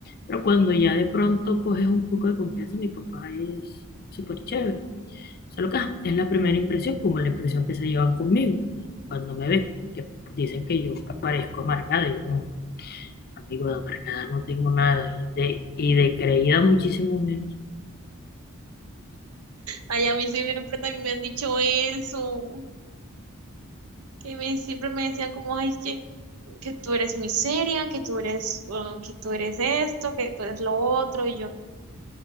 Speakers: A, on the left; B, on the right.
A: Pero cuando ya de pronto coges un poco de confianza, mi papá es súper chévere. Solo que ajá, es la primera impresión, como la impresión que se llevan conmigo cuando me ven, que dicen que yo parezco amargada, y yo como amigo de amargada no tengo nada, y de, y de creída muchísimo menos.
B: Ay, a mí siempre también me han dicho eso, que me, siempre me decían como, ay, es que, que tú eres muy seria, que tú eres, uh, que tú eres esto, que tú eres lo otro, y yo,